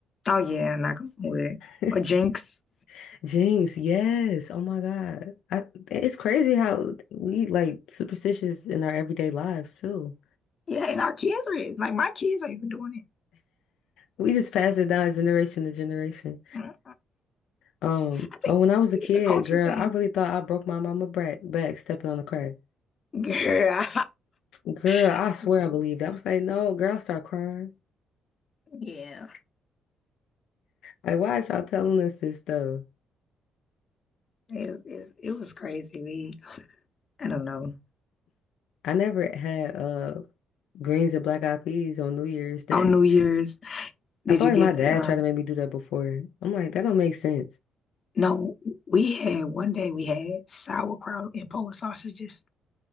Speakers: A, on the left; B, on the left.
A: Oh yeah, not gonna lie.
B: <laughs>
A: Or jinx.
B: Jinx, yes. Oh my God. I, it's crazy how we like superstitious in our everyday lives too.
A: Yeah, and our kids are like my kids are even doing
B: We just pass it down generation to generation.
A: it. Mm-mm.
B: Um,
A: I think
B: oh, when I was
A: I think
B: a kid,
A: it's a culture
B: girl,
A: thing.
B: I really thought I broke my mama back, back stepping on the crack.
A: Girl.
B: Girl,
A: <laughs>
B: I swear I believed. it. I was like, no, girl, I start crying.
A: yeah.
B: Like, why is y'all telling us this stuff?
A: It, it, it was crazy. We I don't know.
B: I never had uh greens and black eyed peas on New Year's Day.
A: On New Year's, Did
B: I feel
A: you
B: like
A: get
B: my dad
A: the, um,
B: tried to make me do that before. I'm like, that don't make sense.
A: no, we had one day we had sauerkraut and Polish sausages.